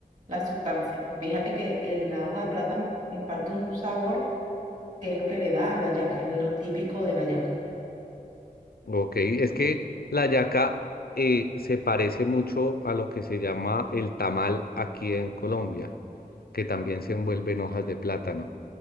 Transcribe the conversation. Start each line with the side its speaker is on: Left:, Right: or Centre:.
Right: la sustancia. Fíjate que eh, la hoja de plátano imparte un sabor. que es lo que le da a la yaca, es lo típico de la yaca.
Left: ¿ok? Es que la hallaca eh, se parece mucho a lo que se llama el tamal aquí en Colombia, que también se envuelve en hojas de plátano.